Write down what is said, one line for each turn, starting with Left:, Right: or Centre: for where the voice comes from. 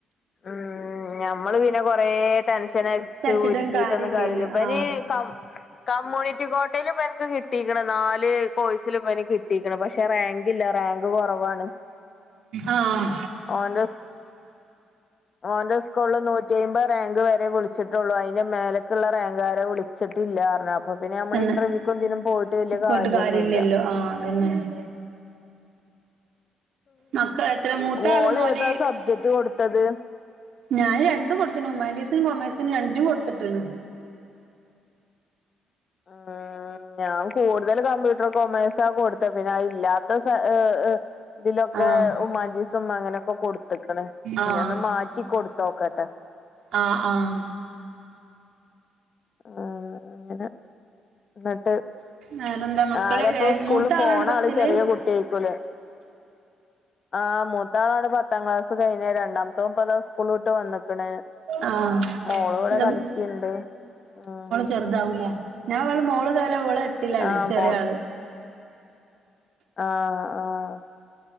Left: ആഹ് ഉം ഞമ്മള് പിന്നെ കൊറേ ടെൻഷനടിച്ച്
Right: വിചാരിച്ചിട്ടും
Left: ഉരുകിയിട്ടൊന്നും
Right: കാര്യല്ലല്ലോ
Left: കാര്യല്ല ഇവന്
Right: ആ
Left: കം കമ്മ്യൂണിറ്റി കോട്ടയില് ഇവനിക്ക് കിട്ടീയിക്കണ് നാല് കോഴ്സിലും ഇവ നിക്ക് കിട്ടീക്കണ് പക്ഷെ റാങ്ക് ഇല്ല റാങ്ക് കൊറവാണ്
Right: ആഹ്
Left: ഓന്റെ സ് ഓന്റെ സ്കൂളിൽ നൂറ്റിയമ്പത് റാങ്ക് വരെ വിളിച്ചിട്ടുള്ളൂ അതിന്റെ മേലക്കുള്ള റാങ്ക്കാരെ വിളി ച്ചട്ടില്ല പറഞ്ഞ അ പ്പൊ പിന്നെ നമ്മൾ
Right: തന്നെ
Left: ഇന്റർവ്യൂക്കും ഇതിനും പോയിട്ട് വലിയ കാര്യൊന്നുല്ല
Right: പോയിട്ട് കാര്യല്ലല്ലോ ആ അതന്നെ മക്കൾ എത്ര മൂത്ത
Left: മോള്
Right: ആള് മോന്
Left: ഏതാ സബ്ജക്ട് കൊടുത്തത്
Right: ഞാന് രണ്ടും കൊടുത്തിനു ഹു മാനിറ്റീസിനും കൊമേഴ്സിനും രണ്ടിനും കൊടുത്തിട്ട്ണ്
Left: ആഹ് ഉം ഞാൻ കൂടുതലും കമ്പ്യൂട്ടർ കൊമേഴ്സാ കൊടുത്തെ പിന്നെ അത് ഇല്ലാത്ത സ ഇതിലൊക്കെ
Right: ആഹ്
Left: ഹുമാനിറ്റീസും അങ്ങനെയൊക്ക കൊടുത്തിക്ക്ണ് ഇനി
Right: ആഹ്
Left: ഒന്ന് മാറ്റി കൊടുത്തോക്കട്ടെ
Right: ആഹ് ആഹ്
Left: ആഹ് അങ്ങന <unintelligible>
Right: വേറെന്താ മക്കള്
Left: ആരപ്പോ സ്കൂളിൽ
Right: മൂത്ത
Left: പോണ
Right: ആളാണ് പത്തില്
Left: ആള് ചെറിയ കുട്ടി ആയിക്കൂലെ ആഹ് മൂത്താളാണ് പത്താം ക്ലാസ് കഴിഞ്ഞ രണ്ടാം ത്തോപ്പതാ സ്കൂള് വിട്ട് വന്നക്കണ്
Right: ആഹ്
Left: മോള് ഇവിടെ കളിക്കിണ്ട് ഉം
Right: ചെറുതാവൂ ലേ ഞാൻ വള് മോള് ദേ ലവള് എട്ടിലാണ്
Left: ആഹ്
Right: ചെറിയ
Left: മോൾ
Right: ആള്
Left: ആഹ് ആഹ്